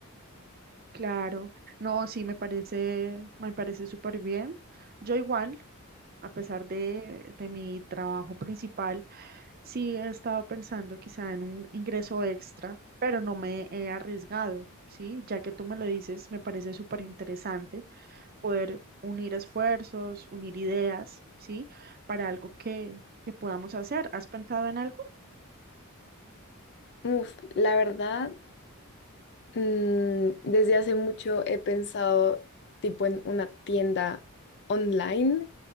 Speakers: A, on the right; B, on the left.
A: claro. No, sí, me parece, me parece súper bien. Yo igual, a pesar de, de mi trabajo principal, sí he estado pensando quizá en un ingreso extra, pero no me he arriesgado, ¿sí? Ya que tú me lo dices, me parece súper interesante poder unir esfuerzos, unir ideas, ¿sí? Para algo que, que podamos hacer. ¿Has pensado en algo?
B: Uf, la verdad. Mm, desde hace mucho he pensado tipo en una tienda online